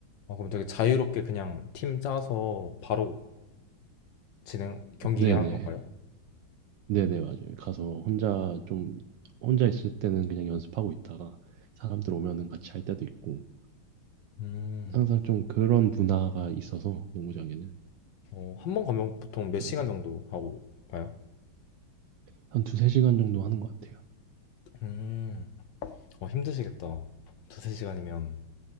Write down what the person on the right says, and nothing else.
네네,
네네, 맞아요. 가서 혼자 좀, 혼자 있을 때는 그냥 연습하고 있다가 사람들 오면은 같이 할 때도 있고,
항상 좀 그런 문화가 있어서, 농구장에는.
네,
한 두세 시간 정도 하는 것 같아요.